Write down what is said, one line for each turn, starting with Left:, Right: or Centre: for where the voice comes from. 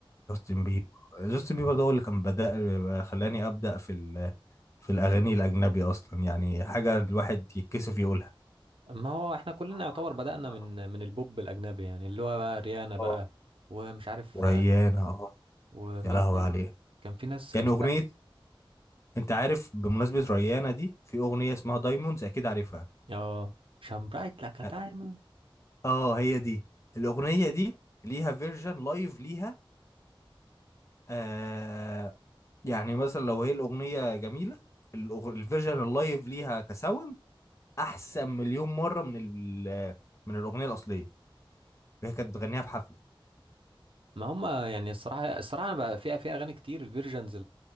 Left: بيبر جاستن بيبر ده هو اللي كان بدأ آه، خلاني ابدأ في في الأغاني الأجنبي أصلا يعني حاجة الواحد يتكسف يقولها
Right: ما هو احنا كلنا
Left: ما هو
Right: يعتبر
Left: احنا
Right: بدأنا
Left: كلنا يعتبر
Right: من من البوب الاجنبي يعني اللي هو بقى ريانا بقى
Left: اه
Right: ومش عارف
Left: وريانة
Right: آه،
Left: اه
Right: ومين
Left: يا لهوي
Right: تاني
Left: عليها
Right: كان في ناس كان
Left: يعني
Right: في
Left: أغنية
Right: بقى
Left: أنت عارف بمناسبة ريانة دي في أغنية اسمها دايموندز أكيد عارفها
Right: اه شان برايت لايك دايموند
Left: اه آه، هي دي الأغنية دي ليها فيرجن لايف ليها آه يعني مثلا لو هي الأغنية جميلة الأغ- الفيرجن اللايف ليها كساوند أحسن مليون مرة من ال- من الأغنية الأصلية هي كانت بتغنيها في حفلة
Right: ما هم يعني الصراحة الصراحة أنا بقى فيها في أغاني كتير الفيرجنز